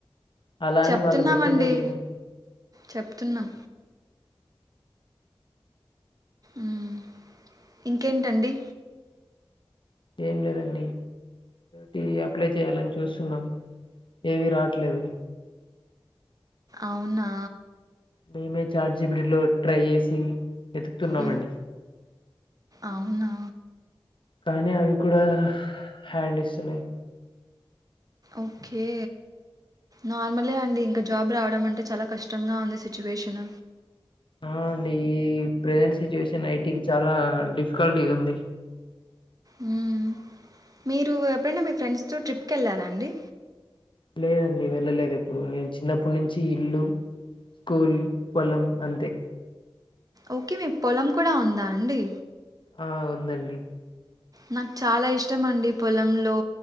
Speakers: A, on the left; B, on the right.
A: అలా
B: చెప్తున్నామండి
A: అని వాళ్ళు పెట్టిందే దీన్
B: చెప్తున్నాం ఉమ్ ఇంకేంటండి
A: ఏం లేదండి టివి అప్లై చేయాలని చూస్తున్నాం ఏవి రాట్లేదు
B: అవునా
A: మేమే చార్ట్ జీపీటీలో ట్రై చేసి ఎతుకుతున్నామండి
B: మ్మ్ అవునా
A: కానీ అవి కూడా హ్యాండ్ ఇస్తున్నాయి
B: ఓకే నార్మలే అండి ఇంక జాబ్ రావడం అంటే చాలా కష్టంగా ఉంది సిచ్యువేషన్
A: ఆ అండి ఈ ప్రెసెంట్ సిచ్యువేషన్ ఐటికి చాలా డిఫికల్టీగుంది
B: ఉమ్ మీరు ఎప్పుడైనా మీ ఫ్రెండ్స్ తో ట్రిప్కెళ్ళారా అండి
A: లేదండి వెళ్ళలేదెప్పుడు నేను చిన్నప్పటి నుంచి ఇల్లు స్కూల్ పొల్లం అంతే
B: ఒకే మీక్ పొలం కూడా ఉందా అండి
A: ఆ ఉందండి
B: నాక్ చాలా ఇష్టం అండి పొలంలో